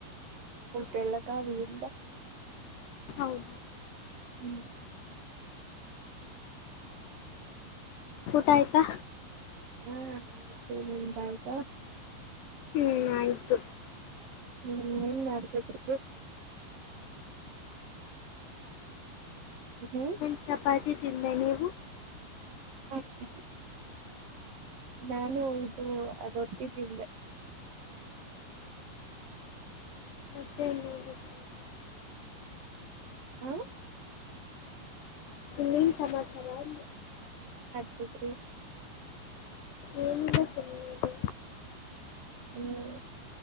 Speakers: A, on the right; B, on the left.
A: ಕೆಳ್ಳ ಕವೇರಿ ಇಂದ.
B: ಹೌದ
A: ಹ್ಮ್
B: ಊಟ ಆಯ್ತಾ.
A: ಹಾ ಆಯ್ತು ನಿಮ್ದ್ ಆಯ್ತಾ.
B: ಹ್ಮ ಆಯ್ತು.
A: ಹ್ಮ್ ಏನ್ ಮಾಡ್ತಿದ್ರಿ. ಹ್ಮ್
B: ಒಂ ಚಪಾತಿ ತಿಂದೆ ನೀವು.
A: ಹ್ಮ್ ನಾನು ಒಂದು ರೊಟ್ಟಿ ತಿಂದೆ.
B: ಮತ್ತೆ ಇನ್ನೇನು ಸಮಾಚಾರ
A: ಹಾ
B: ನಿಮ್ ಸಮಾಚಾರ ಅಂದೆ.
A: ತಿದ್ರಿ
B: ಏನಿಲ್ಲ ಸುಮ್ನಿದ್ದೆ.
A: ಹ್ಮ್